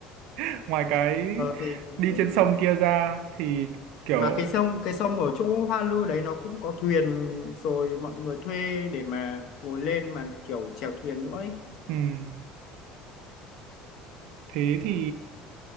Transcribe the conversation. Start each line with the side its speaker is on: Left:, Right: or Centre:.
Right: <laughs> ngoài cái
Left: ờ thì
Right: đi
Left: ừ.
Right: trên sông kia ra thì kiểu
Left: mà cái sông cái sông ở chỗ Hoa Lư đấy nó cũng có thuyền rồi mọi người thuê để mà ngồi lên mà kiểu chèo thuyền nữa ấy
Right: ừm, thế thì